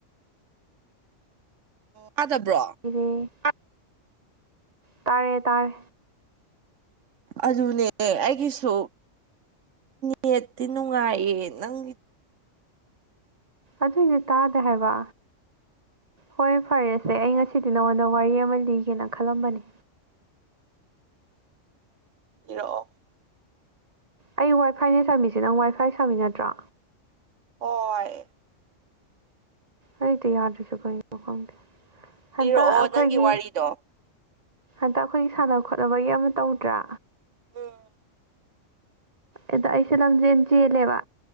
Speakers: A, on the right; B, on the right.
A: ꯇꯥꯗꯕ꯭ꯔꯣ
B: <unintelligible> ꯇꯥꯔꯦ ꯇꯥꯔꯦ
A: ꯑꯗꯨꯅꯦ ꯑꯩꯒꯤꯁꯨ ꯅꯦꯠ ꯅꯨꯡꯉꯥꯏꯌꯦ ꯅꯪ
B: ꯑꯗꯨꯏꯖꯨ ꯇꯥꯗꯦ ꯍꯥꯏꯕ ꯍꯣꯏ ꯐꯔꯦꯁꯦ ꯑꯩ ꯉꯁꯤꯗꯤ ꯅꯉꯣꯟꯗ ꯋꯥꯔꯤ ꯑꯃ ꯂꯤꯒꯦꯅ ꯈꯜꯂꯝꯕꯅꯦ
A: ꯂꯤꯔꯛꯑꯣ
B: ꯑꯩ ꯋꯥꯏ ꯐꯥꯏꯅꯦ ꯁꯥꯃꯤꯁꯦ ꯅꯪ ꯋꯥꯏ ꯐꯥꯏ ꯁꯥꯃꯤ ꯅꯠꯇ꯭ꯔꯣ
A: ꯍꯣꯏ
B: ꯑꯩꯗꯤ ꯌꯥꯗ꯭ꯔꯁꯨ ꯀꯔꯤꯅꯣ ꯈꯪꯗꯦ ꯍꯟꯗꯛ
A: ꯂꯤꯔꯛꯑꯣ
B: ꯑꯩꯈꯣꯏꯒꯤ
A: ꯅꯪꯒꯤ ꯋꯥꯔꯤꯗꯣ
B: ꯍꯟꯗꯛ ꯑꯩꯈꯣꯏꯒꯤ ꯁꯥꯟꯅ ꯈꯣꯠꯅꯕꯒꯤ ꯑꯃ ꯇꯧꯗ꯭ꯔꯥ
A: ꯎꯝ
B: ꯑꯗꯥ ꯑꯩꯁꯦ ꯂꯝꯖꯦꯜ ꯆꯦꯜꯂꯦꯕ